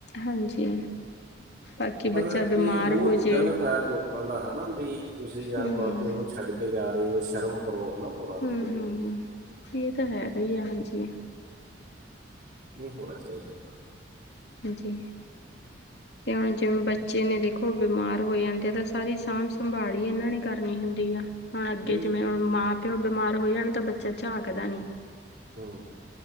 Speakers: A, on the left (about 65°); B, on the right (about 60°).
A: ਹਾਂਜੀ ਬਾਕੀ
B: ਪਰ
A: ਬੱਚਾ ਬਿਮਾਰ
B: ਇਹ ਬਹੁਤ
A: ਹੋ ਜੇ
B: ਗਲਤ ਆ ਲੋਕ ਲੋਕਾਂ ਦਾ ਹਨਾ ਵੀ, ਤੁਸੀਂ ਯਾਰ
A: ਹਮ
B: ਮਾਂ ਪਿਓ ਨੂੰ ਛੱਡ ਕੇ ਜਾ ਰਹੇ ਹੋ ਸ਼ਰਮ ਕਰੋ, ਹਨਾ। ਭੁਰਾ
A: ਹੂ
B: ਥੋੜੀ ਬਹੁਤੀ
A: ਹੂ ਹੂ ਇਹ ਤਾਂ ਹੈਗਾ ਹੀ ਆ ਹਾਂਜੀ।
B: ਨਹੀਂ ਹੋਣਾ ਚਾਹੀਦਾ ਏਦਾਂ।
A: ਜੀ ਤੇ ਹੁਣ ਜਿਵੇਂ ਬੱਚੇ ਨੇ ਦੇਖੋ ਬਿਮਾਰ ਹੋ ਜਾਂ ਏ ਤਾਂ ਸਾਰੀ ਸਾਂਭ ਸੰਭਾਲ ਹੀ ਇਹਨਾਂ ਨੇ ਕਰਨੀ ਹੁੰਦੀ ਆ, ਹੁਣ ਅੱਗੇ
B: ਬਿਲਕੁਲ
A: ਜਿਵੇਂ ਮਾਂ ਤੇ ਉਹ ਬਿਮਾਰ ਹੋ ਜਾਣ ਤਾਂ ਬੱਚਾ ਝਾਕਦਾ ਨੀ।
B: ਹੂ